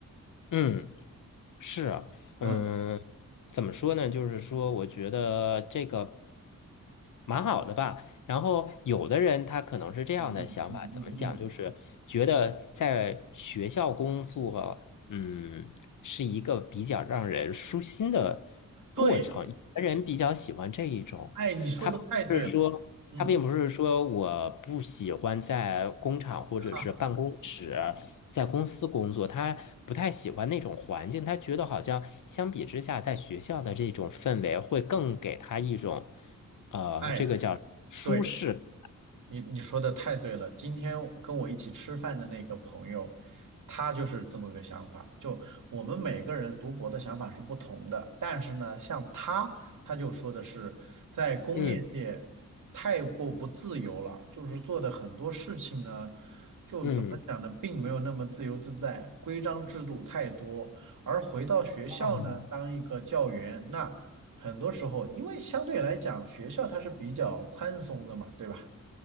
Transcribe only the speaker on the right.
嗯
嗯嗯嗯嗯嗯，
对。
哎，你说的太对了，
嗯，
哈，
哎，
对，你你说的太对了，今天跟我一起吃饭的那个朋友，他就是这么个想法。就我们每个人读博的想法是不同的，但是呢，像他，他就说的是在工业界太过不自由了，
就是做的很多事情呢，就怎么讲呢，
并没有那么自由自在，规章制度太多。而回到学校呢，
当一个教员，那很多时候，因为相对来讲，学校它是比较宽松的嘛，对吧？